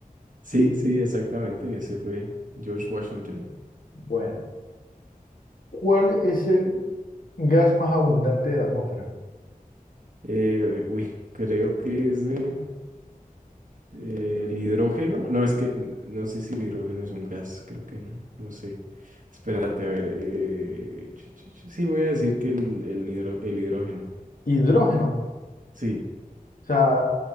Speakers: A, on the right; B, on the left.
A: Sí, sí, exactamente, ese fue George Washington.
B: Bueno, ¿cuál es el gas más abundante de la atmósfera?
A: Eh, uy, creo que es el, eh, el hidrógeno. No, es que n- no sé si el hidrógeno es un gas, creo que no, no sé. Espérate, a ver. eh, ch- ch- ch- sí, voy a decir que el, el, hidro- el hidrógeno.
B: Hidrógeno.
A: Sí.
B: O sea,